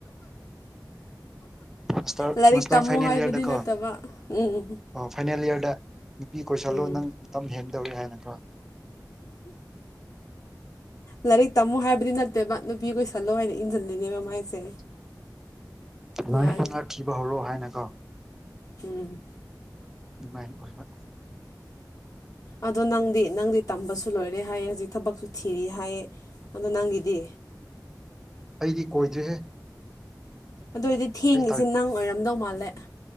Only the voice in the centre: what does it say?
ꯃꯥꯁꯇꯔ
ꯃꯥꯁꯇꯔ
ꯐꯥꯏꯅꯦꯜ
ꯏꯌꯥꯔꯗꯀꯣ
ꯑꯣ ꯐꯥꯏꯅꯦꯜ ꯏꯌꯥꯔꯗ ꯅꯨꯄꯤ ꯀꯣꯏꯁꯜꯂꯣ
ꯅꯪ ꯃꯇꯝ ꯍꯦꯟꯗꯧꯔꯦ ꯍꯥꯏꯅꯀꯣ꯫
ꯂꯥꯏ
ꯐꯅ
ꯊꯤꯕ ꯍꯧꯔꯛꯑꯣ ꯍꯥꯏꯅ ꯀꯣ
ꯃꯥꯏ ꯑꯣꯏꯕ
ꯑꯩꯗꯤ ꯀꯣꯏꯗ꯭ꯔꯤꯍꯦ
ꯑꯩ